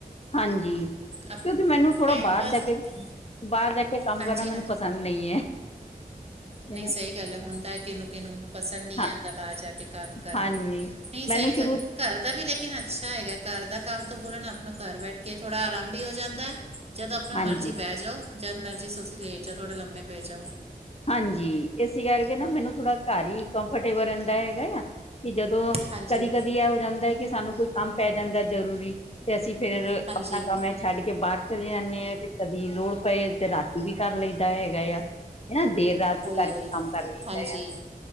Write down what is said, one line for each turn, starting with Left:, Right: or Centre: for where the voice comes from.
Left: ਹਾਂਜੀ ਕਿਉਂਕਿ
Right: ਆਪਣਾ
Left: ਮੈਨੂੰ ਥੋੜਾ
Right: ਟਾਈਮ
Left: ਬਾਹਰ
Right: ਪਾਸ
Left: ਜਾ
Right: ਆਪਣੇ
Left: ਕੇ, ਬਾਹਰ ਜਾ ਕੇ ਕੰਮ
Right: ਹਾਂਜੀ
Left: ਕਰਨਾ ਮੈਨੂੰ
Right: ਹਾਂ
Left: ਪਸੰਦ ਨਹੀਂ ਹੈ।
Right: ਨਹੀਂ
Left: ਹਨਾ
Right: ਸਹੀ ਗੱਲ ਹੈ ਹੁੰਦਾ ਕਿਨੂੰ, ਕਿਨੂੰ ਪਸੰਦ ਨਹੀਂ
Left: ਹਾਂ
Right: ਆਂਦਾ ਬਾਹਰ ਜਾ ਕੇ ਕੰਮ ਕਰਨਾ।
Left: ਹਾਂਜੀ
Right: ਨਈ ਸਹੀ
Left: ਮੈਨੂੰ ਸ਼ੁਰੂ
Right: ਗਲ ਘਰ ਦਾ ਵੀ ਲੇਕਿਨ ਅੱਛਾ ਹੈਗਾ ਘਰ ਦਾ ਕੰਮ ਤੋਂ ਬੋਲਨ ਘਰ ਬੈਠ ਕੇ ਥੋੜ੍ਹਾ ਆਰਾਮ ਵੀ ਹੋ ਜਾਂਦਾ, ਜਦੋਂ ਆਪਣਾ
Left: ਹਾਂਜੀ
Right: ਮਰਜ਼ੀ ਬਹਿ ਜਾਓ ਜਦ ਮਰਜੀ ਤੁਸੀਂ ਲੈਟ ਜਾਓ ਥੋੜੇ ਲੰਮੇ ਪੈ ਜਾਓ
Left: ਹਾਂਜੀ ਇਸ ਕਰਕੇ ਨਾ ਮੈਨੂੰ ਥੋੜਾ ਘਰ ਹੀ ਕੰਫਰਟੇਬਲ ਰਹਿੰਦਾ ਹੈਗਾ ਆ ਜਦੋਂ
Right: ਹਾਂਜੀ
Left: ਕਦੀ ਕਦੀ ਇਹ ਹੋ ਜਾਂਦਾ ਕਿ ਸਾਨੂੰ ਕੋਈ ਕੰਮ ਪੈ ਜਾਂਦਾ ਜਰੂਰੀ ਤੇ ਅਸੀਂ ਫੇਰ
Right: ਹਾਂਜੀ
Left: ਆਪਣਾ ਕੰਮ ਐਂ ਛੱਡ ਕੇ ਬਾਹਰ ਚਲੇ ਜਾਂਦੇ ਆ ਵੀ ਕਦੀ ਲੋੜ ਪਏ ਤੇ ਰਾਤੀ ਵੀ ਕਰ ਲਇਦਾ ਹੈਗਾ ਆ। ਹਨਾ ਦੇਰ ਰਾਤ
Right: ਉਹੀ
Left: ਵੀ ਕਰਕੇ
Right: ਉਹੀ
Left: ਕੰਮ ਕਰ ਲਈ
Right: ਹਾਂਜੀ
Left: ਦਾ ਯਾ